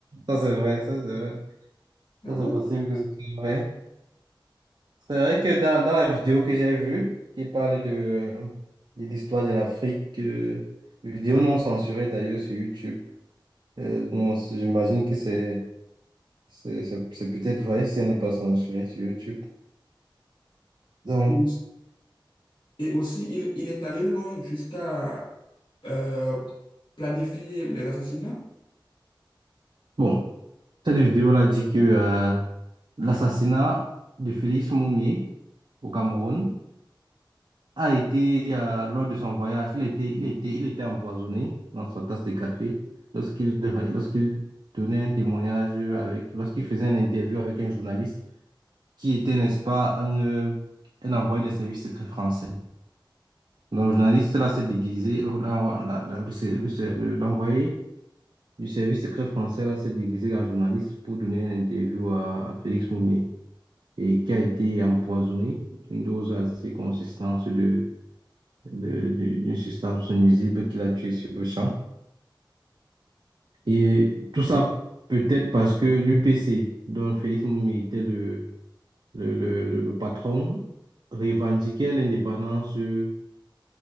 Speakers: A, on the right (about 65°); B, on the left (about 70°).
A: Ça, c'est vrai, ça, c'est vrai.
B: Ah
A: Ça, c'est possible que ce soit vrai. C'est vrai que dans, dans la vidéo que j'ai vue, qui parle de, euh, de l'histoire de l'Afrique, euh, vidéo non censurée d'ailleurs sur YouTube, euh, non, c'est- j'imagine que c'est c'est c'est- c'est peut-être vrai si elle n'est pas censurée sur YouTube. Donc,
B: ouais. Et aussi, il, il est allé loin jusqu'à euh, planifier les assassinats.
A: bon, cette vidéo-là dit que euh, l'assassinat de Félix Moumié au Cameroun, a été, euh, lors de son voyage, il était, il était, il était empoisonné dans sa tasse de café lorsqu'il lorsqu'il donnait un témoignage avec, lorsqu'il faisait une interview avec un journaliste qui était, n'est-ce pas, un, euh, un envoyé des services secrets français. Donc, le journaliste là s'est déguisé, le- la- la- la- le se- le se- le- l'envoyé du service secret français là s'est déguisé en journaliste pour donner une interview à, à Félix Moumier et qui a été empoisonné d'une dose assez consistante de de- de- d'une substance nuisible qui l'a tué sur le champ. Et tout ça peut-être parce que l'UPC, dont Félix Moumi était le, le, le, le- le patron, revendiquait l'indépendance euh,